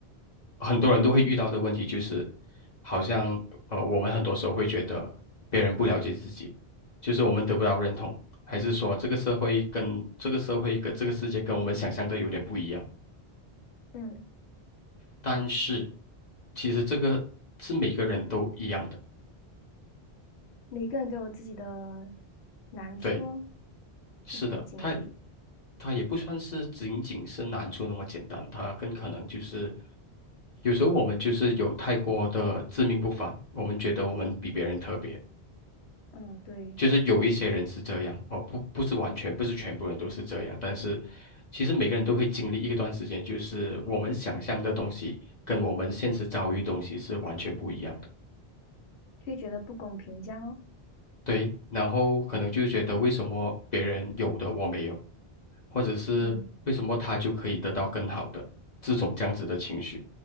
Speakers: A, on the left (about 45°); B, on the left (about 85°).
A: 很多人都会遇到的问题，就是好像呃，我们很多时候会觉得别人不了解自己，就是我们得不到认同，还是说这个社会跟这个社会跟这个世界跟我们想象的有点不一样。
B: 嗯，
A: 但是其实这个是每个人都一样的，
B: 每个人都有自己的难处哦，
A: 对，是的，
B: 自己的经历。
A: 它它也不算是仅仅是难处那么简单，它更可能就是。有时候我们就是有太过的自命不凡，我们觉得我们比别人特别，
B: 嗯，对，
A: 就是有一些人是这样，哦，不，不是完全，不是全部人都是这样，但是其实每个人都会经历一段时间，就是我们想象的东西跟我们现实遭遇的东西是完全不一样的，
B: 会觉得不公平这样哦。
A: 对，然后可能就觉得为什么别人有的我没有，或者是为什么他就可以得到更好的这种这样子的情绪。
B: 嗯，